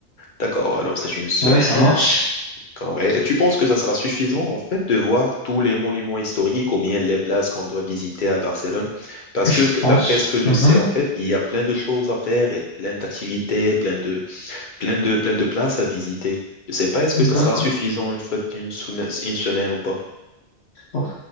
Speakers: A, on the left (about 50°); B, on the left (about 80°).
A: D'accord, alors c'est une semaine.
B: Ouais, ça marche.
A: Correct. Tu penses que ça sera suffisant, en fait, de voir tous les monuments historiques ou bien les places qu'on doit visiter à Barcelone? Parce
B: Je
A: que, que-
B: pense.
A: d'après ce que je
B: Mhm.
A: sais, en fait, il y a plein de choses à faire et plein d'activités, plein de, plein de, plein de places à visiter. Je sais pas, est-ce que ça
B: D'accord.
A: sera suffisant, en fait, une, souma- une semaine ou pas?
B: Donc,